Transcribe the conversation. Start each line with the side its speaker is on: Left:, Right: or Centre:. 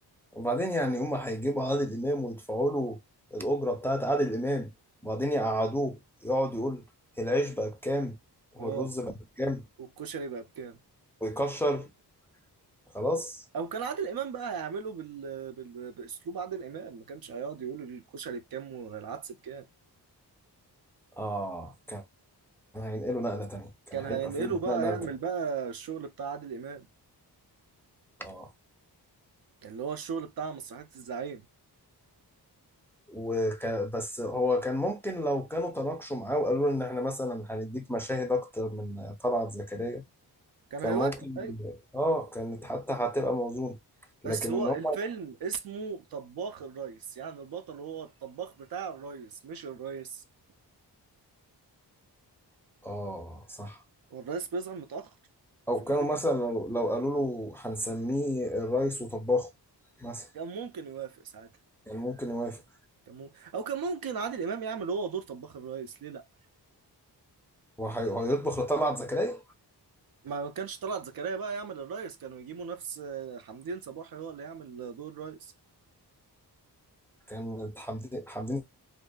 Centre: وبعدين يعني هما هيجيبوا عادل امام ويدفعوا له الاجره بتاعت عادل امام وبعدين يقعدوه يقعد يقول العيش بقى بكام والرز
Right: اه
Centre: بقى بكام
Right: والكشري بقى بكام
Centre: ويكشر خلاص
Right: او كان عادل امام بقى هيعمله بال... بال... باسلوب عادل امام ما كانش هيقعد يقول الكشري بكام والعدس بكام
Centre: اه كان هينقلوا نقله تانية كان
Right: كان
Centre: هيبقى
Right: هينقله
Centre: فيلم اتنقل
Right: بقى
Centre: نقله
Right: يعمل
Centre: تانية
Right: بقى الشغل بتاع عادل امام
Centre: اه
Right: اللي هو الشغل بتاع مسرحية الزعيم
Centre: وك... بس هو كان ممكن لو كانوا تناقشوا معاه وقالوا له ان احنا مثلا هنديك مشاهد اكتر من طلعت زكريا
Right: كان
Centre: كان
Right: هيوافق
Centre: ممكن
Right: ايوه
Centre: اه كانت حتى هتبقى موزون
Right: بس
Centre: لكن
Right: هو
Centre: ان هم
Right: الفيلم اسمه طباخ الريس يعني البطل هو الطباخ بتاع الريس مش الريس
Centre: اه صح
Right: والريس بيظهر متأخر
Centre: او
Right: في الفيلم
Centre: كانوا مثلا لو, لو قالوا له هنسميه الريس وطباخه مثلا
Right: كان ممكن يوافق ساعتها
Centre: كان ممكن يوافق
Right: كان ممكن. او كان ممكن عادل امام يعمل هو دور طباخ الريس ليه لا
Centre: وهي- وهيطبخ لطلعت زكريا
Right: ما كانش طلعت زكريا بقى يعمل الريس كانوا يجيبوا نفس آه، حمدين صباحي هو اللي يعمل دور الريس
Centre: كان حمدين حمدين